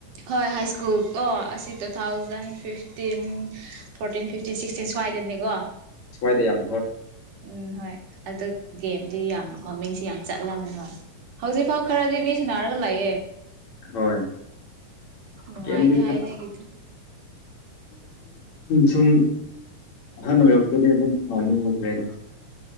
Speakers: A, on the right; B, on the left.
A: ꯍꯣꯏ ꯍꯥꯏ ꯁ꯭ꯀꯨꯜ ꯑꯣ ꯑꯁꯤ two thousand fifteen fourteen fifteen sixteen ꯁ ꯐꯥꯏꯗꯅꯦꯦꯀꯣ
B: ꯁꯨꯃꯥꯏꯗ ꯌꯥꯝ
A: ꯎꯝ ꯍꯣꯏ ꯑꯗꯨ ꯒꯦꯝꯗꯤ ꯌꯥꯝ ꯃꯃꯤꯡꯁꯤ ꯌꯥꯝ ꯆꯠꯂꯝꯃꯦ ꯍꯣꯏ ꯍꯧꯖꯤꯛ ꯐꯥꯎ ꯈꯔꯗꯤ ꯃꯤ ꯤꯟꯅꯥꯒ ꯂꯑꯦ
B: ꯍꯣꯏ
A: ꯎ ꯍꯥꯏꯥꯏꯗꯦ
B: ꯒꯦꯝꯗꯤ
A: ꯍꯥꯏꯗꯦ ꯍꯥꯏꯒꯤꯇꯦ
B: ꯁꯨꯝ ꯍꯅ ꯌꯛꯇꯗꯤ ꯃꯅꯤꯡ ꯂꯩꯦꯔ